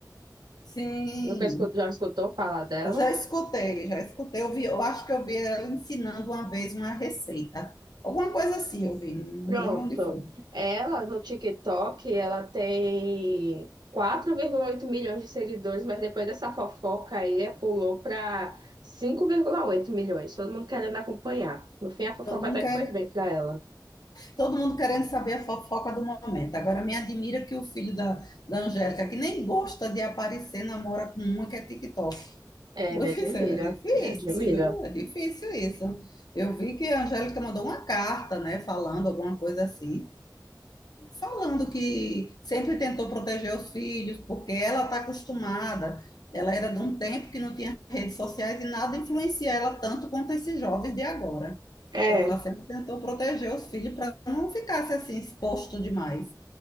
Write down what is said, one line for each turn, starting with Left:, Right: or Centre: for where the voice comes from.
Left: Sim.
Right: Nunca escutou, já escutou falar dela?
Left: Eu já escutei, já escutei. Eu vi, eu acho que eu vi ela ensinando uma vez uma receita. Alguma coisa assim eu vi, não
Right: Pronto.
Left: lembro onde foi.
Right: Ela, no TikTok, ela tem quatro vírgula oito milhões de seguidores, mas depois dessa fofoca aí, pulou para cinco vírgula oito milhões. Todo mundo querendo acompanhar. No fim, a fofoca
Left: Todo mundo
Right: até
Left: quer,
Right: que foi bem para ela.
Left: todo mundo querendo saber a fofoca do momento. Agora me admira que o filho da, da Angélica, que nem gosta de aparecer, namora com uma que é TikTok.
Right: É,
Left: Vou
Right: me
Left: dizer,
Right: admira,
Left: é
Right: me admira.
Left: difícil, viu? É difícil isso. Eu vi que a Angélica mandou uma carta, né, falando alguma coisa assim. falando que sempre tentou proteger os filhos, porque ela está acostumada. Ela era de um tempo que não tinha redes sociais e nada influencia ela tanto quanto esses jovens de agora.
Right: É.
Left: Então, ela sempre tentou proteger os filhos para não ficasse assim exposto demais.